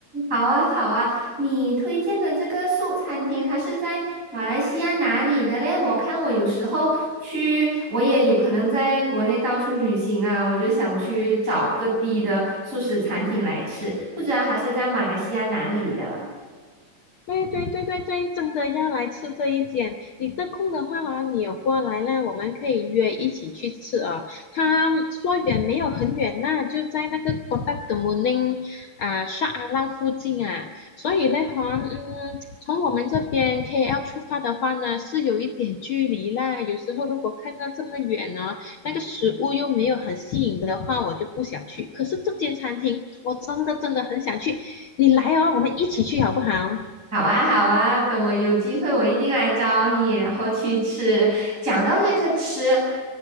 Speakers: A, on the right (about 20°); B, on the left (about 75°).
A: 好啊，好啊，你推荐的这个素餐厅，它是在马来西亚哪里的嘞？我看我有时候去，我也有可能在国内到处旅行啊，我就想去找各地的素食餐厅来吃，不知道它是在马来西亚哪里的。
B: 对对对对对，真的要来吃这一间。你得空的话啊，你有过来呢，我们可以约一起去吃啊。他说远没有很远呐、就在那个 Kota k e m u n i 啊沙阿浪附近啊。所以的话，嗯，从我们这边 KL 出发的话呢，是有一点距离啦。有时候如果看到这么远呢，那个食物又没有很吸引的话，我就不想去。可是这间餐厅，我真的真的很想去。你来哦，我们一起去好不好？
A: 好啊，好啊，等我有机会，我一定来找你，然后去吃。讲到这个吃，